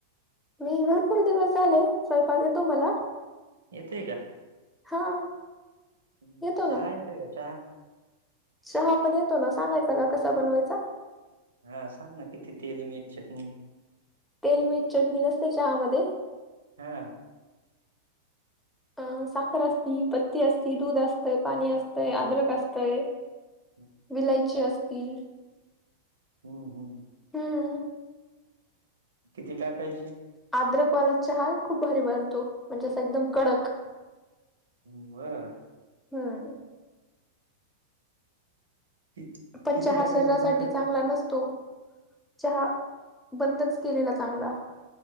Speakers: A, in the centre; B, on the right (about 85°).
A: मी भरपूर दिवस झाले, स्वयंपाक येतो मला.
B: येतय का?
A: हा.
B: हम्म,
A: येतो
B: चहा
A: ना
B: येतोय का चहा?
A: चहा पण येतो ना, सांगायचा का कसा बनवायचा?
B: हा सांग ना, किती तेल, मीठ, चटणी?
A: तेल, मीठ, चटणी नसते चहामध्ये.
B: हा.
A: अ साखर असती, पत्ती असती, दूध असतंय, पाणी असतंय, अद्रक असतंय.
B: <inaudible>
A: विलायची असती.
B: हम्म हम्म.
A: हम्म
B: किती टाकायची?
A: आद्रकवालात चहा खूप भारी बनतो, म्हणजे असं एकदम कडक.
B: <unintelligible>
A: हा.
B: कि
A: पण
B: किती
A: चहा
B: टाकायची
A: शरीरासाठी
B: साखर
A: चांगला नसतो. चहा, बंदच केलेला चांगला.